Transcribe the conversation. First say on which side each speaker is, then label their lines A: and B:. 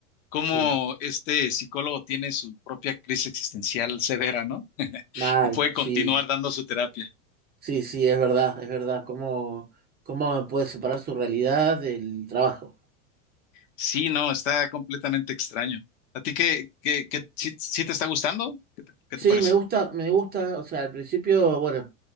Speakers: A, on the left (about 65°); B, on the right (about 25°).
A: cómo
B: Sí,
A: este psicólogo tiene su propia crisis existencial severa, ¿no?
B: mal,
A: Y puede
B: sí,
A: continuar dando su terapia.
B: sí, sí, es verdad, es verdad. ¿Cómo, cómo puede separar su realidad del trabajo?
A: Sí, no, está completamente extraño. ¿A ti qué, qué, qué, sí, sí te está gustando? ¿Qué te, qué
B: Sí,
A: te parece?
B: me gusta, me gusta, o sea, al principio, bueno,